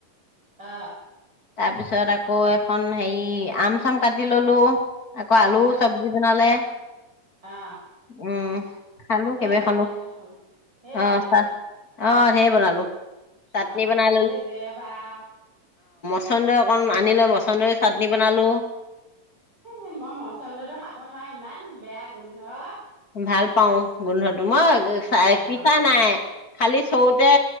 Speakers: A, on the right; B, on the left.
A: অ
B: তাৰ পিছত আকৌ এখন হেৰি আম চাম কাটি ললো। আকৌ আলু
A: অ
B: চব্জি বনালে
A: অ
B: উম খালো
A: সেই
B: কেইবাখনো
A: বনালি দেখোন সেই বনালি
B: আহ চাহ আহ। সেই বনালো। চাটনি
A: অ
B: বনাই
A: আজি দেওবাৰ।
B: মচন্দৰ অকণমান আনি লৈ মচন্দৰ চাটনি বনালোঁ?
A: এ মই মচন্দটো খাব নোৱাৰো ইমান বেয়া গোন্ধ।
B: ভাল পাওঁ? গোন্ধ তোমাৰ চাহ
A: বেয়া
B: পিঠা
A: পাওঁ
B: নাই খালি। চৌতে